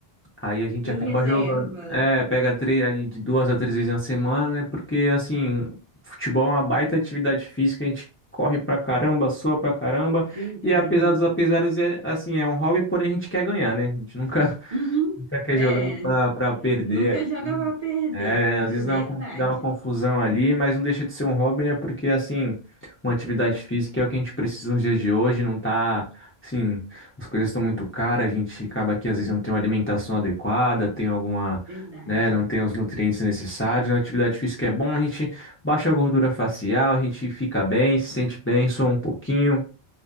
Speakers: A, on the left (about 15°); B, on the right (about 45°).
A: Aí a gente
B: E
A: acaba
B: reserva.
A: jogando. É, pega três, ali de duas a três vezes na semana, né? Porque, assim, futebol é uma baita atividade física, a gente corre pra caramba, sua pra caramba.
B: Verdade.
A: E apesar dos apesares, é, assim, é um hobby, porém a gente quer ganhar, né? A gente nunca,
B: Uhum.
A: Nunca quer
B: É.
A: jogar pra, pra perder
B: Nunca joga
A: ali.
B: pra perder.
A: É,
B: <laughs>
A: às vezes
B: Verdade.
A: dá uma, con- dá uma confusão ali, mas não deixa de ser um hobby, né? Porque, assim, uma atividade física é o que a gente precisa nos dias de hoje, não tá, assim, as coisas estão muito caras, a gente acaba que às vezes não tem uma alimentação adequada, tem alguma,
B: Verdade.
A: né, não tem os nutrientes necessários. Uma atividade física é bom, a gente baixa a gordura facial, a gente fica bem, se sente bem, só um pouquinho.